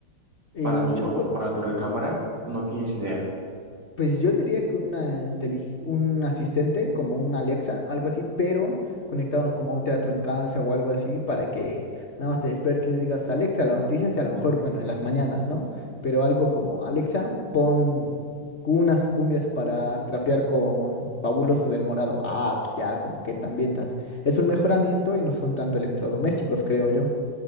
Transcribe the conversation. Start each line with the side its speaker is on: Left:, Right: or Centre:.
Left: Eh,
Right: para tu,
Left: yo creo
Right: para tu recámara, no tienes idea.
Left: Pues yo diría que una intelig- un asistente como un Alexa, algo así, pero conectado como a un teatro en casa o algo así, para que nada más te despiertes y le digas Alexa las noticias y a lo mejor, bueno, en las mañanas, ¿no? Pero algo como Alexa, pon unas cumbias para trapear con Fabuloso del Morado. Ah, pues ya, como que te ambientas. Es un mejoramiento y no son tanto electrodomésticos, creo yo.